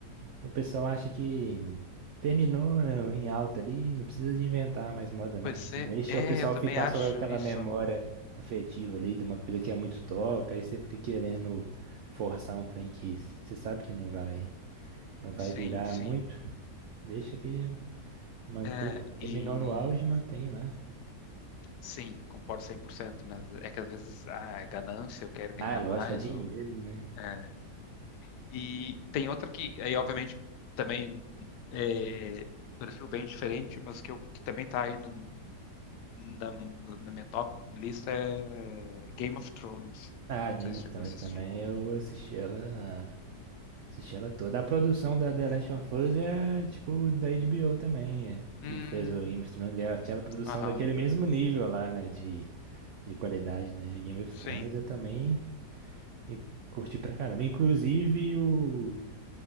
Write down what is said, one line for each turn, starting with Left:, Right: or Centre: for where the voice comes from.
Right: o pessoal acha que terminou, né, em alta ali, não precisa de inventar mais moda, não.
Left: Pois
Right: A gente
Left: é,
Right: deixa
Left: é,
Right: o pessoal
Left: eu também
Right: ficar
Left: acho
Right: só com aquela
Left: isso.
Right: memória afetiva ali de uma coisa que é muito top, aí você fica querendo forçar um trem que você sabe que não vai, não vai
Left: Sim,
Right: virar
Left: sim.
Right: muito. Deixa que manter
Left: É,
Right: no- terminou
Left: e
Right: no auge, mantém lá.
Left: sim, concordo 100%, né? É que às vezes ah, é ganância, eu quero
Right: Ah,
Left: ganhar
Right: lógico,
Left: mais
Right: é dinheiro,
Left: ou
Right: né?
Left: é. E tem outra que aí obviamente também é um perfil bem diferente, mas que eu que também tá aí no- na, no- na minha top lista é Game of Thrones.
Right: Ah, Game
Left: Não sei se
Right: of
Left: chegou
Right: Thrones
Left: a assistir.
Right: também, eu assisti ela Assisti ela toda. A produção da The Last of Us é tipo da HBO também, é, que
Left: Hum,
Right: fez o Game of Thrones. É aquela produção
Left: aham.
Right: daquele mesmo nível lá, né? De, de qualidade, né? Game of
Left: Sim,
Right: Thrones eu também e- curti pra caramba. Inclusive o,